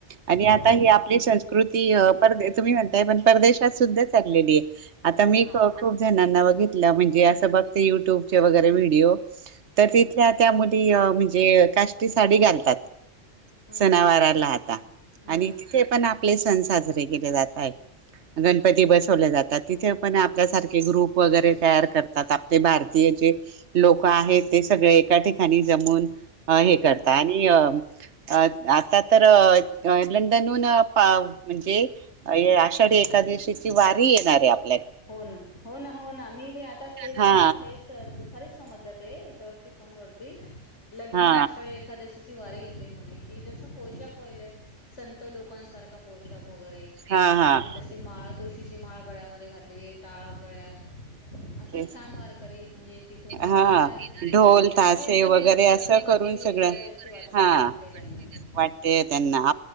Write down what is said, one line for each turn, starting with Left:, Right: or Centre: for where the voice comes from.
Right: आणि
Left: हो
Right: आता ही आपली सं स्कृती अ परदे तुम्ही म्हणताय पण परदेशात सुद्धा चाललेली आहे आता
Left: हो
Right: अ मी
Left: ना हो
Right: खूप
Left: ना
Right: जणांना बघितला म्हणजे युट्यूब चे वगैरे व्हिडीओ त्या
Left: हम्म
Right: तिथल्या त्या मुली अ म्हणजे काष्ठ साडी घाल तात.
Left: हम्म
Right: सणा वारा ला आता
Left: हम्म
Right: आणि तिथे पण आले सण साजरे केले जाताय गणपती बसवले जा तात. तिथे पण आपल्यासारखे ग्रुप वगैरे तयार करतात आपले भारतीयचे लोक आहेत
Left: हम्म
Right: ते सगळे एका ठिकाणी जमून अ हे करतात
Left: हम्म
Right: आणि अ अ आता तर अ लंडनहून अ प म्हणजे आषाढी एक दशीची वारी येणारे आप
Left: हो ना हो ना हो ना मी बी आताच तेच
Right: हा
Left: मला लेस दुपारीच समजलं ते याच्यावरती फोन वरती लंडनहून
Right: हा
Left: आषाढी एखादशीची वारी येते म्हणे. कि जस पोषाक कोहिल संत लोकांसारखा पोशाख वगैरे
Right: हा हा
Left: आणि तसे माळ तुळशीची माळ गळ्यामध्ये घात लेले टाळो गळ्यात असं
Right: ते
Left: छान वारकरी म्हणजे तिथून
Right: हा
Left: येणार आहेत म्हणे
Right: ढोल
Left: त्यांना
Right: तासे
Left: बी असं म्हणजे
Right: वगैरे
Left: देवाची
Right: असं
Left: भक्
Right: करून
Left: ती
Right: सगळं
Left: करायशी वाट
Right: हा
Left: वाटतेय त्यांना बी हम्म
Right: वाटते त्यांना